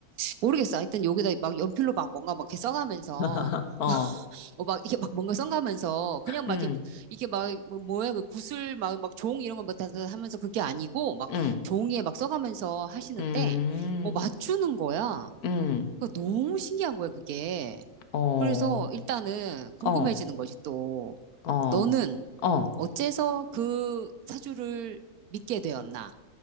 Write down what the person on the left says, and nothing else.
<laughs> 어,
음,
음,
음,
음,
어,
어,
어,
어,